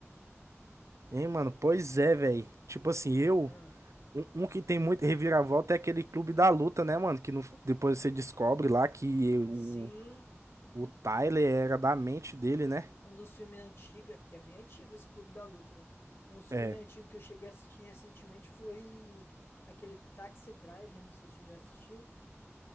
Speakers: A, on the right; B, on the left.
A: Hein, mano? Pois é, velho. Tipo assim, eu.
B: Ah,
A: Um, um que tem muito reviravolta é aquele Clube da Luta, né, mano? Que no- depois você descobre lá que o,
B: sim,
A: o Tyler era da mente dele, né?
B: um dos filmes antigos, é porque é bem antigo esse Clube da Luta, né? Uns filmes
A: É.
B: antigos que eu cheguei a assistir recentemente foi aquele Taxi Driver, não sei se tu já assistiu.